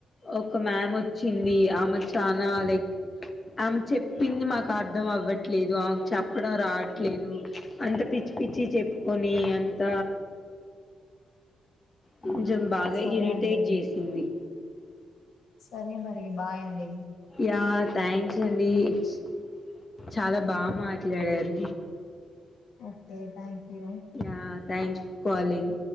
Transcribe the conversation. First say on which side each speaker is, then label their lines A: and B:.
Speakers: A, on the left (about 25°); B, on the left (about 85°).
A: ఒక మ్యామ్ వచ్చింది ఆమె చనాా లైక్ ఆమె చెప్పింది మాకు అర్ధం అవ్వట్లేదు ఆమెకు చెప్పడం రావట్లేదు అంత పిచ్చి పిచ్చి చెప్పుకొని అంత కొంచెం బాగా
B: సరే
A: ఇరిటేట్
B: అండి
A: చేసింది
B: సరే మరి బాయండి
A: యా థ్యాంక్స్ అండి ఇట్స్ చాలా బాగా మాట్లాడారు
B: ఓకే థ్యాంక్ యూ
A: నా థ్యాంక్ కాలింగ్